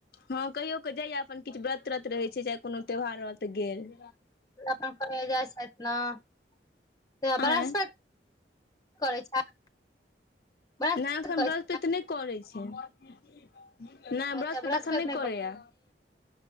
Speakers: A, on the left; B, on the left.
A: हां कहियो कऽ जाइया अपन किछ व्रत-त्रत रहैय छैय, चाहे कुनू त्यौहार रहल तऽ गेल।
B: करे जाइ छथि नैय वर्हस्पत
A: आँय
B: करै छथि। बृहस्पति
A: नैय अखन
B: करै
A: वर्हस्पत
B: छथि
A: नैय करै छैय। नैय
B: अच्छा
A: बृहस्पत
B: बृहस्पति
A: अखन नैय करैया।